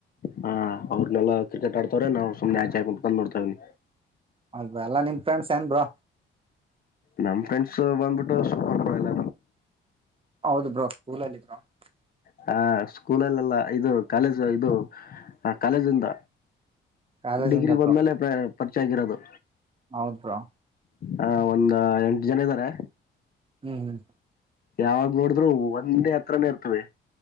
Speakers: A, on the left; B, on the right.
A: ಹಾ ಅವ್ರನ್ನನೆಲ್ಲಾ ಕ್ರಿಕೆಟ್ ಆಡ್ತವ್ರೆ ನಾವು ಸುಮ್ನೆ ಆಚ್ ಆಗಟ್ಕೊಂಡ್ ನಡ್ತವ್ನಿ
B: ಹೌರ ಎಲ್ಲಾ ನಿಮ್ ಫ್ರೆಂಡ್ಸ್ ಏನ್ರು
A: ನಮ ಫ್ರೆಂಡ್ಸ್ ಬಂದ್ಬಿಟ್ಟು ಸೂಪರ್ ಇಲ್ಲ
B: ಹೌದು ಬ್ರೋ <inaudible>
A: ಹ ಸ್ಕೂಲಲ್ಲೆಲ್ಲ ಇದು ಕಾಲೇಜ್ ಇದು ಕಾಲೇಜಿಂದ
B: ಕಾಲೇಜಿಂದ
A: ಡಿಗ್ರಿ ಬಂದ್ಮೇಲೆ ಪರಿಚಯ ಆಗಿರೋದು
B: ಹೌದ್ರಾ
A: ಹ ಒಂದ ಎಂಟು ಜನ ಇದ್ದಾರೆ
B: ಹ್ಮ್ ಹ್ಮ್
A: ಯಾವಾಗ್ ನೋಡಿದ್ರು ಒಂದೇ ಹತ್ರನೇ ಇರ್ತವೆ